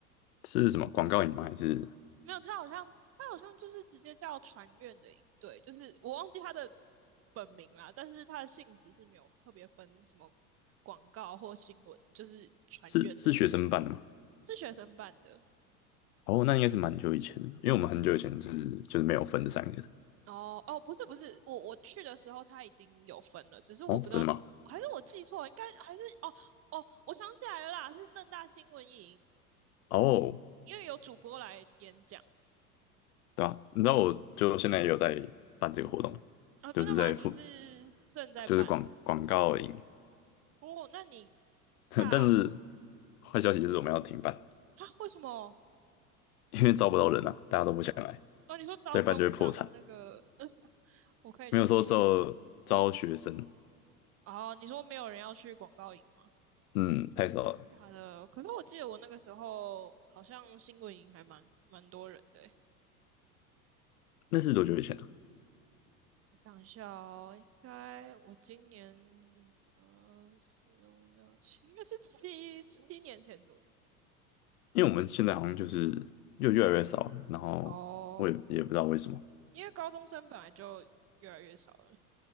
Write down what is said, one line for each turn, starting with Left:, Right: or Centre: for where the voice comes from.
Left: 是什么广告影吗？还是？
Right: 没有，他好像他好像就是直接叫传院的营队，就是我忘记他的本名啦，但是他的性质是没有特别分什么广告或新闻，就是传院的营队。
Left: 是是学生办的吗？
Right: 是学生办的。
Left: 哦，那应该是蛮久以前的，因为我们很久以前是就是没有分这三个的。
Right: 哦哦，不是不是，我我去的时候他已经有分了，只是我不知道，
Left: 哦，真的吗？
Right: 还是我记错了，应该还是哦哦，我想起来了啦，是正大新闻营，
Left: 哦，
Right: 因为有主播来演讲
Left: 对啊，你知道我就现在也有在办这个活动，
Right: 啊、真的吗？
Left: 就是在付
Right: 你是正在办
Left: 就是广广告营，
Right: 哦？那你
Left: <laughs>
Right: 大啊？
Left: 但是坏消息就是我们要停办，
Right: 为什么？
Left: 因为招不到人啊，大家都不想来，
Right: 哦，你说招工上那个，
Left: 再办就会破产。
Right: <laughs> 呃，我可以理解。
Left: 没有说招招学生，
Right: 哦，你说没有人要去广告营吗？
Left: 嗯，太少了。
Right: 假的，可是我记得我那个时候好像新闻营还蛮蛮多人的欸。
Left: 那是多久以前啊？
Right: 我想一下哦，应该我今年呃四五六七，应该是七七年前左右。
Left: 因为我们现在好像就是又越来越少了，然后我也也不知道为什么，
Right: 哦，因为高中生本来就越来越少了，